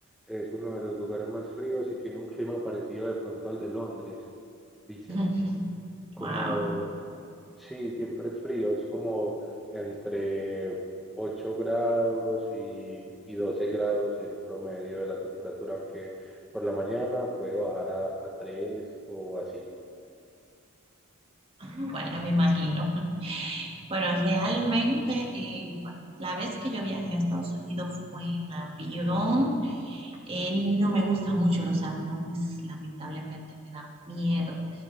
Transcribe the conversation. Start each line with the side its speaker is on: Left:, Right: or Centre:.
Centre: es uno de los lugares más fríos y tiene un clima parecido de pronto al de Londres, dicen.
Right: <laughs>
Centre: Como,
Right: Wow.
Centre: sí, siempre es frío, es como entre 8 grados y, y 12 grados el promedio de la temperatura, aunque por la mañana puede bajar a, a 3 o así.
Right: Bueno, me imagino. Bueno, realmente eh, la vez que yo viajé a Estados Unidos fue en avión. Eh, no me gustan mucho los aviones, lamentablemente me da miedo